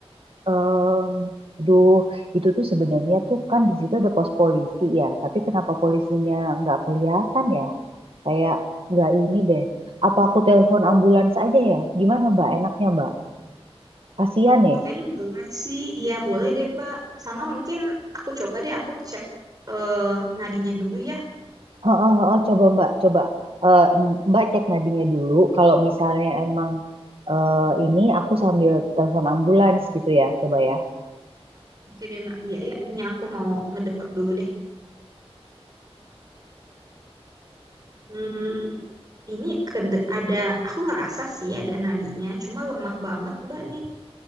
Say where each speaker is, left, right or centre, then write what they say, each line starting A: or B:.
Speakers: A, on the right; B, on the right.
A: Em, aduh, itu tuh sebenarnya tuh kan di situ ada pos polisi ya. Tapi kenapa polisinya nggak kelihatan ya? Kayak nggak ini deh. Apa aku telepon ambulans aja ya? Gimana Mbak? Enaknya Mbak? Kasihan nih.
B: Kayaknya boleh sih, iya boleh deh Mbak. Sama mungkin aku coba deh aku cek eh nadinya dulu ya.
A: Heeh, heeh, coba Mbak, coba Eh, Mbak cek nadinya dulu. Kalau misalnya emang eh, ini aku sambil telepon ambulans gitu ya, coba ya.
B: Oke deh Mbak, iya iya. ini aku mau ngedeket dulu deh. Hmm, ini kede- ada, aku ngerasa sih ada nadinya, cuma lemah banget Mbak nih.